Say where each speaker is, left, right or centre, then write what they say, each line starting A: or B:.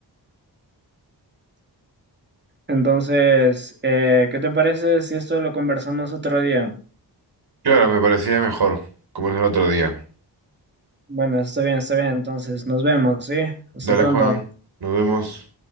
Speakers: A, on the right; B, on the right.
A: Entonces, eh, ¿qué te parece si esto lo conversamos otro día?
B: claro, me parecía mejor, como es el otro día.
A: Bueno, está bien, está bien. Entonces, nos vemos, ¿sí? Hasta
B: Dale,
A: pronto.
B: Juan, nos vemos.